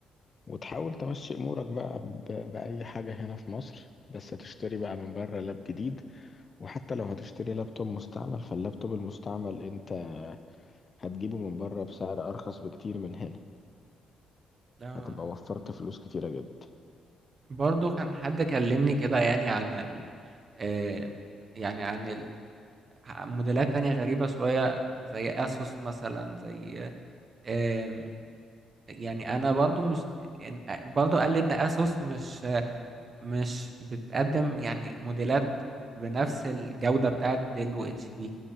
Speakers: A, on the left; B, on the right.
A: وتحاول تمشي امورك بقى ب- بأي حاجة هنا في مصر بس تشتري بقى من بره لاب جديد وحتى لو هتشتري لابتوب مستعمل فاللابتوب المستعمل انت هتجيبه من بره بسعر ارخص بكتير من هنا
B: اه
A: هتبقى وفرت فلوس كتيرة جدا
B: برضو كان حد كلمني كده يعني عن ال آه، يعني عن ال موديلات تانية غريبة شوية زي أسوس مثلا زي آم، يعني أنا برضو مش إن- آه، برضو قال لي إن أسوس مش مش بتقدم يعني موديلات بنفس الجودة بتاعت ديل و اتش بي